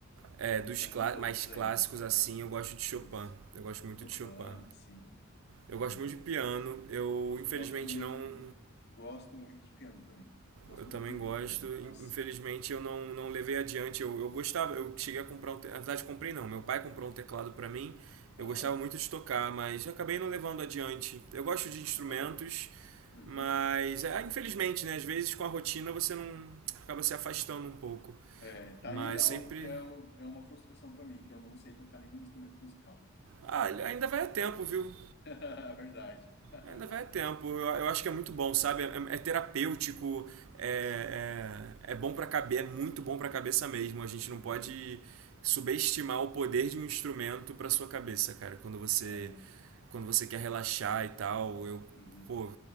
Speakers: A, on the right; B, on the left.
A: É,
B: e
A: dos
B: tantos
A: clá-
B: outros
A: mais clássicos
B: aí. Aham.
A: assim, eu gosto de Chopin.
B: É isso.
A: Eu gosto muito
B: Chopin,
A: de Chopin.
B: sim.
A: Eu
B: Aham.
A: gosto muito de piano. Eu infelizmente
B: Gosto muito
A: não.
B: de, gosto muito de piano também. Gosto
A: Eu também
B: muito de ouvir
A: gosto.
B: piano.
A: In-
B: Nossa.
A: Infelizmente eu não, não levei adiante. Eu, eu gostava, eu cheguei a comprar um. te- Na verdade, comprei não. Meu pai comprou um teclado pra mim. Eu
B: Aham,
A: gostava muito de tocar, mas eu acabei não levando adiante. Eu gosto de instrumentos,
B: aham, uhum.
A: mas é, infelizmente, né? Às vezes com a rotina você não acaba se afastando um pouco.
B: É, tá
A: Mas
B: aí algo
A: sempre.
B: que é, o- é uma frustração para mim, que eu não sei tocar nenhum instrumento musical.
A: Ah, ainda vai a tempo, viu?
B: <laughs> Verdade. <laughs> Aham,
A: Ainda vai tempo. Eu, eu acho que é muito bom, sabe? É, é terapêutico, é,
B: Sim.
A: é, é bom pra cabeça, é muito bom pra cabeça mesmo. A gente
B: Uhum.
A: não pode subestimar o poder de um instrumento pra sua cabeça, cara. Quando você,
B: É.
A: quando você quer relaxar e tal, eu,
B: Uhum.
A: pô,